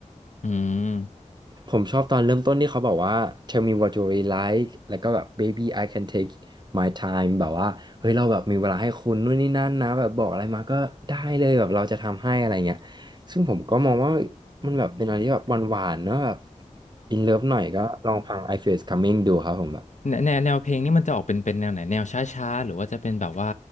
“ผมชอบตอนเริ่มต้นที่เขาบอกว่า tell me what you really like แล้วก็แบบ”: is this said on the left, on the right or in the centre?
Right